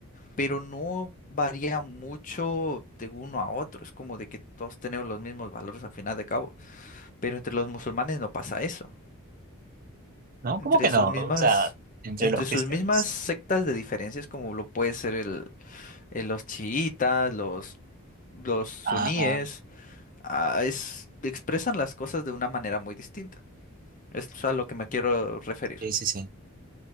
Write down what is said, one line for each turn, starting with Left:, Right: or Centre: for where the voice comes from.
Left: pero no varía mucho de uno a otro, es como de que todos tenemos los mismos valores al final de cabo, pero entre los musulmanes no pasa eso.
Right: ¿no?
Left: entre
Right: ¿Cómo que no?
Left: sus mismas,
Right: O sea, entre
Left: entre
Right: los cristianos.
Left: sus mismas sectas de diferencias, como lo puede ser el, el- los chiitas, los, los suníes,
Right: Ah, ah,
Left: ah, es- expresan las cosas de una manera muy distinta. Es a lo que me quiero referir.
Right: sí, sí, sí.